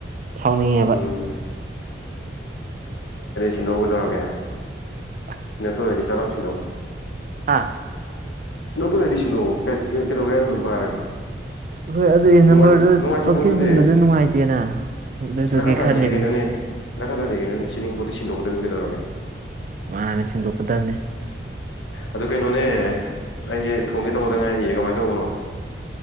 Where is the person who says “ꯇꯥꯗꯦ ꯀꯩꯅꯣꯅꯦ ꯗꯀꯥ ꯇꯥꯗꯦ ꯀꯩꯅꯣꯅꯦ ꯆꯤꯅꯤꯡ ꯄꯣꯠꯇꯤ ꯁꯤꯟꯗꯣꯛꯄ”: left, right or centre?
Left